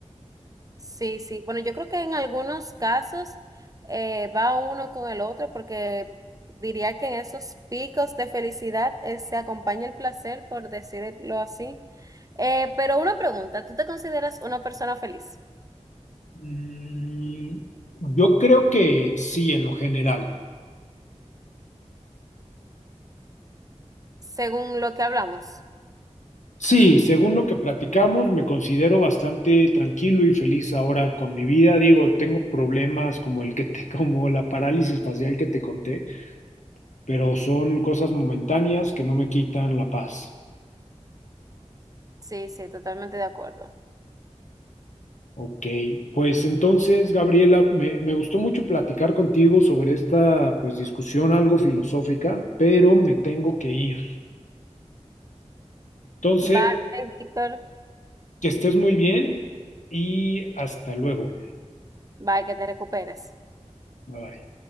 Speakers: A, on the right (about 30°); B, on the left (about 80°).
A: Sí, sí. Bueno, yo creo que en algunos casos eh, va uno con el otro porque diría que en esos picos de felicidad eh, se acompaña el placer, por decirlo así. Eh, pero una pregunta, ¿tú te consideras una persona feliz
B: Mm, yo creo que sí, en lo general.
A: según lo que hablamos?
B: Sí, según lo que platicamos, me considero bastante tranquilo y feliz ahora con mi vida. Digo, tengo problemas como el que te- <laughs> como la parálisis facial que te conté, pero son cosas momentáneas que no me quitan la paz.
A: Sí, sí, totalmente de acuerdo.
B: Ok, pues entonces, Gabriela, me, me gustó mucho platicar contigo sobre esta pues discusión algo filosófica, pero me tengo que ir. Entonces,
A: Bye, Víctor.
B: Que estés muy bien y hasta luego.
A: Bye, que te recuperes.
B: Bye bye.